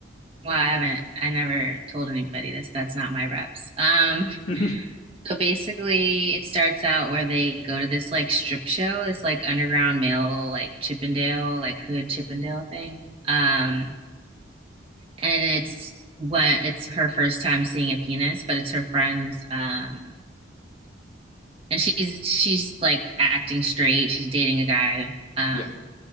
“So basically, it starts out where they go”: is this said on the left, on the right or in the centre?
Right